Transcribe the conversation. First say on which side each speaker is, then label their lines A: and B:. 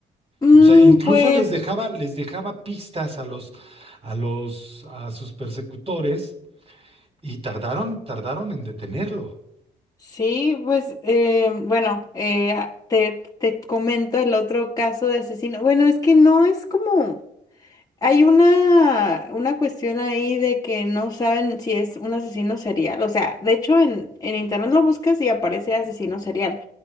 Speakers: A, on the left; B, on the right.
A: Mm,
B: O sea, incluso
A: pues
B: les dejaba, les dejaba pistas a los, a los, a sus persecutores y tardaron, tardaron en detenerlo.
A: sí, pues eh, bueno, eh, te, te comento el otro caso de asesino. Bueno, es que no es como... Hay una, una cuestión ahí de que no saben si es un asesino serial. O sea, de hecho en, en internet lo buscas y aparece asesino serial